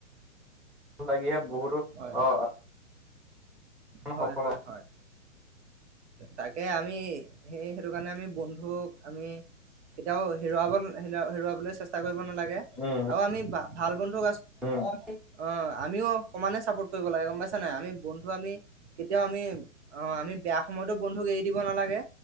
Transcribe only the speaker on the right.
হয় হয়।
হয়
হয় হয় তাকে আমি সেই সেইটো কাৰণে আমি বন্ধুক আমি কেতিয়াও হেৰুৱাব হে হেৰুৱাবলৈ চেষ্টা কৰিব নালাগে
আৰু আমি ভাল বন্ধু
অহ আমিও সমানে চাপোৰ্ট কৰিব লাগে গম পাইছা নাই আমি বন্ধু আমি কেতিয়াও আমি অহ আমি বেয়া সময়তো বন্ধুক এৰি দিব নালাগে